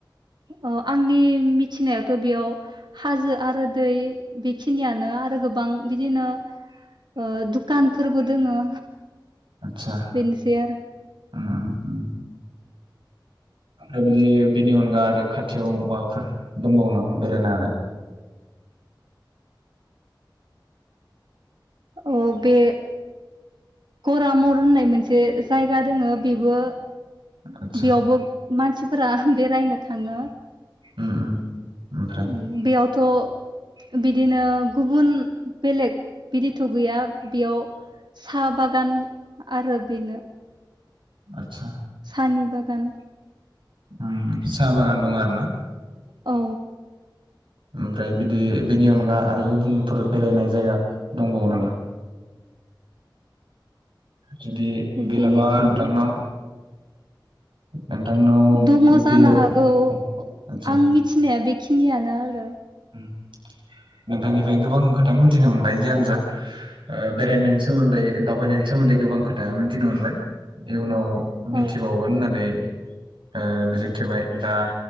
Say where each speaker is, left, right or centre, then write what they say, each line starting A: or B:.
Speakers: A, on the right; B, on the right.
A: अ आंनि मिथिनायाथ' बेयाव हाजो आरो दै बेखिनियानो आरो गोबां बिदिनो ओ दुकानफोरबो दोङो।
B: आतसा
A: बेनोसै आरो
B: उम उम उम ओमफ्राय बियो बेनि अनगा आरो खाथियाव माबाफोर दंबावो नामा बेरायनो हानाय?
A: औ बे करामर होननाय मोनसे जायगा दोङो बेबो
B: आतसा
A: बेयावबो मानसि फोरा बेरायनो थाङो।
B: उम उम ओमफ्राय
A: उम बेयाव थ' बिदिनो गुबुन बेलेग बिदिथ' गैया बेयाव साहा बागान आरो बेनो
B: आस सा
A: साहानि बागान
B: उम साहा बागान दं आरो ना?
A: औ
B: ओमफ्राय बिदि बेनि अनगा आरो गुबुनफोर बेरायनाय जायगा दंबावो नामा? जुदि गैलाबा
A: बेनि अनगा
B: नोंथांनाव नोंथांनाव
A: दंङोजानो
B: बे आदसा
A: हागौ आं मिथिनाया बे खिनियानो आरो
B: उम <unintelligible> नोंथांनिफ्राय गोबां खोथा मिनथि थिना मोनबाय जियानो जा ओ बेरायनायनि सोमोन्दै दावबायनायनि सोमोन्दै गोबां खोथा मिनथिनो मोनबाय इयुनाव मिनथिबावगोन
A: औ
B: होननानै ओ मिजिं थिबाय दा